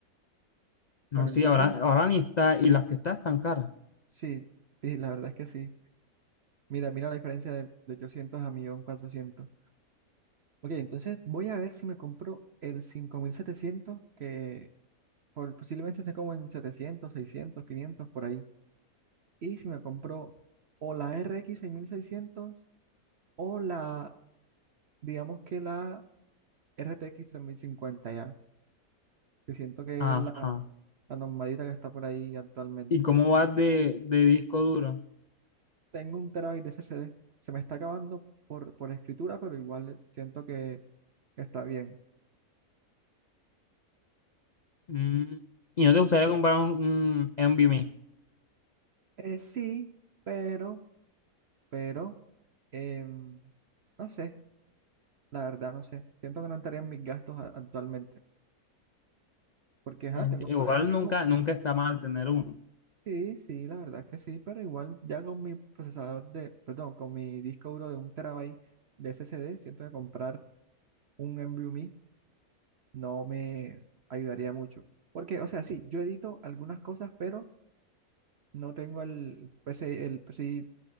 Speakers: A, on the left; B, on the right.
A: No,
B: Bueno,
A: sí,
B: entonces,
A: ahora, ahora ni está. Y las que está están caras.
B: sí, sí, la verdad es que sí. Mira, mira la diferencia de, de 800 a mil cuatrocientos Ok, entonces voy a ver si me compro el 5.700 que por- posiblemente esté como en setecientos seiscientos quinientos por ahí. Y si me compro o la R X 6600 o la, digamos que la R T X tres mil cincuenta ya, que siento que
A: Ajá.
B: es la, la normalita que está por ahí actualmente.
A: ¿Y cómo vas de, de disco duro?
B: Tengo un terabyte de S S D se me está acabando por, por escritura, pero igual siento que, que está bien.
A: Mm, ¿Y no te gustaría comprar un, un NVMe?
B: Eh, sí, pero, pero, em, no sé, la verdad no sé. Siento que no estarían mis gastos a- actualmente, porque ajá,
A: Ent-
B: tengo,
A: Igual
B: eh,
A: nunca,
B: tengo
A: nunca está mal tener uno.
B: Sí, sí, la verdad que sí, pero igual ya con mi procesador de, perdón, con mi disco duro de un terabyte de SSD, siento que comprar un NVMe no me ayudaría mucho. Porque, o sea, sí, yo edito algunas cosas, pero no tengo el PCI, el PCI,